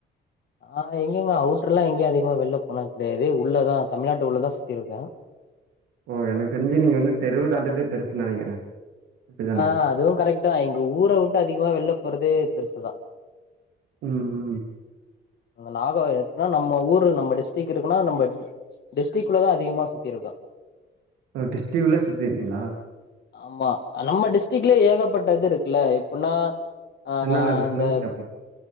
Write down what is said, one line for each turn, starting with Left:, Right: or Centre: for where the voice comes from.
Left: ஆ எங்கெங்க அவுட் ட்ருல்லா எங்கயே அதிகமா வெளில போன கிடையாது உள்ளதா தமிழ்நாட்டு உள்ளதா சுத்தி இருக்கே
Right: ஓ எனக்கு தெரிஞ்சி நீங்க வந்து தெருவு தாண்டறதே பெருசுன்னு நெனைக்கிறே அப்டிதான?
Left: ஆ அதுவு கரெக்ட் தா எங்க ஊரவுட்டு அதிகமா வெள்ல போறது பெருசுதா
Right: ம் ம்
Left: நாக எப்பின்னா நம்ம ஊர் நம்ம டிஸ்ட்ரிக் இருக்குனா நம்ம டிஸ்டரிகுள்ளதா அதிகமா சுத்தி இருக்கா
Right: ஒ டிஸ்டீவ்ல சுத்தி இருக்கிங்களா
Left: ஆமா நம்ம டிஸ்டிக்லே ஏகப்பட்டது இருக்குல்ல உன்னா ஆ
Right: என்னென்ன இருக்கு
Left: அந்தப்
Right: சொல்லுங்க கேப்போ.